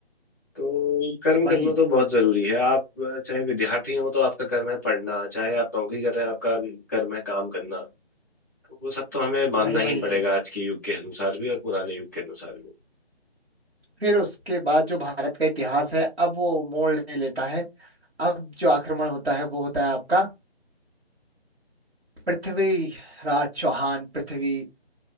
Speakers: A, on the left; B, on the right.
A: तो कर्म करना
B: वही
A: तो बहुत जरूरी है आप अ, चाहे विद्यार्थी हो तो आपका कर्म है पढ़ना चाहे आप नौकरी कर रहे हैं आपका कर्म है काम करना तो वो सब तो हमें
B: वही
A: मानना
B: वही
A: ही पड़ेगा आज के युग के अनुसार भी और पुराने युग के अनुसार भी
B: फिर उसके बाद जो भारत का इतिहास है अब वो मोड़ ले लेता है अब जो आक्रमण होता है वो होता है आपका पृथ्वी राज चौहान पृथ्वी